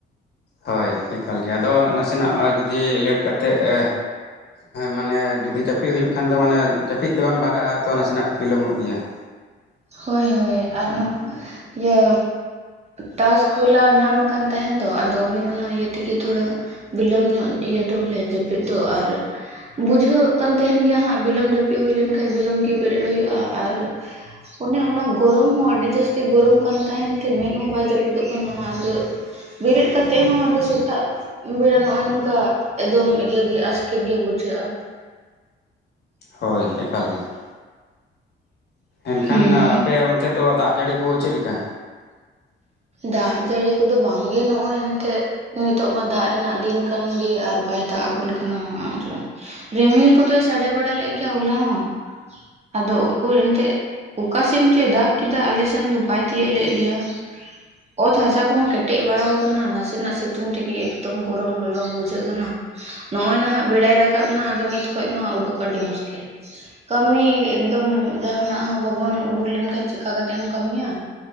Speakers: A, on the left; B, on the right.
A: ᱦᱚᱭ ᱮᱠᱟᱞᱜᱮ ᱟᱫᱚ ᱱᱟᱥᱮ ᱱᱟᱜ ᱡᱩᱫᱤ ᱞᱮᱴ ᱠᱟᱛᱮᱫ ᱮᱼᱼ ᱢᱟᱱᱮ ᱡᱩᱫᱤ ᱡᱟᱹᱯᱤᱫ ᱦᱩᱭᱩᱜ ᱠᱷᱟᱱ ᱫᱚ ᱢᱟᱱᱮ ᱡᱟᱹᱯᱤᱫ ᱛᱮ ᱵᱟᱝ ᱵᱷᱟᱜᱟᱜᱼᱟ ᱛᱚ ᱱᱟᱥᱮ ᱱᱟᱜ ᱵᱤᱞᱚᱢᱚᱜ ᱜᱮᱭᱟ ᱾
B: ᱦᱳᱭ ᱦᱳᱭ ᱟᱨᱦᱚᱸ ᱤᱭᱟᱹᱼᱼ ᱴᱟᱥᱠ ᱦᱚᱞᱟ ᱧᱟᱢ ᱟᱠᱟᱱ ᱛᱟᱦᱮᱱ ᱫᱚ ᱟᱫᱚ ᱩᱱᱮ ᱚᱱᱟ ᱤᱭᱟᱹ ᱛᱮᱜᱮ ᱛᱷᱚᱲᱟᱼᱼ ᱵᱤᱞᱟᱹᱢ ᱧᱚᱜ ᱤᱭᱟᱹ ᱫᱚ ᱵᱚᱞᱮ ᱡᱟᱹᱯᱤᱫ ᱫᱚ ᱟᱨᱼᱼ ᱵᱩᱡᱷᱟᱹᱜ ᱠᱟᱱ ᱛᱟᱦᱮᱱ ᱜᱮᱭᱟ ᱦᱟᱸᱜ ᱵᱤᱞᱚᱢ ᱡᱟᱹᱯᱤᱫ ᱦᱩᱭ ᱞᱮᱱᱠᱷᱟᱡ ᱵᱤᱞᱚᱢ ᱜᱮ ᱵᱮᱨᱮᱫ ᱦᱩᱭᱩᱜᱼᱟ, ᱟᱨᱼᱼ ᱚᱱᱮ ᱚᱱᱟ ᱜᱚᱨᱚᱢ ᱦᱚᱸ ᱟᱹᱰᱤ ᱡᱟᱹᱥᱛᱤ ᱜᱚᱨᱚᱢ ᱠᱟᱱ ᱛᱟᱦᱮᱱ ᱛᱮ ᱢᱮᱫ ᱦᱚᱸ ᱵᱟᱭ ᱡᱟᱹᱯᱤᱫᱚᱜ ᱠᱟᱱᱟ ᱟᱫᱚᱼᱼ ᱵᱮᱨᱮᱫ ᱠᱟᱛᱮᱫ ᱦᱚᱸ ᱟᱫᱚ ᱥᱮᱛᱟᱜᱼᱼ ᱵᱮᱲᱟ ᱱᱚᱜᱼᱚᱭ ᱱᱚᱝᱠᱟ ᱮᱠᱫᱚᱢ ᱤᱭᱟᱹᱜᱮ ᱟᱥᱠᱮᱛ ᱜᱮ ᱵᱩᱡᱷᱟᱹᱜᱼᱟ ᱾
A: ᱦᱳᱭ ᱮᱠᱟᱞ ᱜᱮ ᱾ ᱮᱱᱠᱷᱟᱱ
B: ᱦᱩᱸ
A: ᱟᱯᱮ ᱚᱱᱛᱮ ᱫᱚ ᱫᱟᱜ ᱡᱟᱹᱲᱤ ᱠᱚ ᱪᱮᱫ ᱞᱮᱠᱟ?
B: ᱫᱟᱜ ᱡᱟᱹᱲᱤ ᱠᱚᱫᱚ ᱵᱟᱝᱜᱮ ᱱᱚᱜᱼᱚᱭ ᱮᱱᱛᱮᱫᱼᱼ ᱱᱤᱛᱚᱜ ᱢᱟ ᱫᱟᱜ ᱨᱮᱱᱟᱜ ᱫᱤᱱ ᱠᱟᱱᱜᱮ ᱟᱨ ᱵᱟᱭ ᱫᱟᱜ ᱟᱵᱚᱱ ᱠᱟᱱᱟ, ᱟᱨᱼᱼ ᱨᱤᱢᱤᱞ ᱠᱚᱫᱚᱭ ᱥᱟᱰᱮ ᱵᱟᱲᱟ ᱞᱮᱫ ᱜᱮᱭᱟ ᱦᱚᱞᱟ ᱦᱚᱸᱼᱼ ᱟᱫᱚ ᱩᱠᱩᱨ ᱮᱱᱛᱮᱫ ᱚᱠᱟ ᱥᱮᱱ ᱪᱚᱭ ᱫᱟᱜ ᱠᱮᱫᱟ ᱟᱞᱮ ᱥᱮᱱ ᱫᱚ ᱵᱟᱭ ᱛᱤᱭᱳᱜ ᱞᱮᱫ ᱞᱮᱭᱟ ᱾ ᱚᱛ ᱦᱟᱥᱟ ᱠᱚᱦᱚᱸ ᱠᱮᱴᱮᱡ ᱵᱟᱲᱟ ᱟᱠᱟᱱᱟ ᱱᱟᱥᱮ ᱱᱟᱜ ᱥᱤᱛᱩᱝ ᱛᱮᱜᱮ ᱮᱠᱫᱚᱢ ᱜᱚᱨᱚᱢ ᱞᱚᱞᱚ ᱵᱩᱡᱷᱟᱹᱜ ᱠᱟᱱᱟ ᱾ ᱱᱚᱜᱼᱚᱭ ᱱᱟᱜ ᱵᱮᱲᱟᱭ ᱨᱟᱠᱟᱵ ᱮᱱᱟ ᱟᱫᱚ ᱱᱤᱛ ᱠᱷᱚᱡ ᱫᱚ ᱦᱟᱸᱜ ᱩᱰᱩᱠ ᱟᱹᱰᱤ ᱢᱩᱥᱠᱤᱞ ᱾ ᱠᱟᱹᱢᱤ ᱮᱠᱫᱚᱢ ᱡᱟᱦᱟ ᱱᱟᱜ ᱦᱚᱸ ᱵᱟᱵᱚᱱ ᱩᱰᱩᱠ ᱞᱮᱱᱠᱷᱟᱱ ᱪᱮᱠᱟ ᱠᱟᱛᱮ ᱮᱢ ᱠᱟᱹᱢᱤᱭᱟ ᱾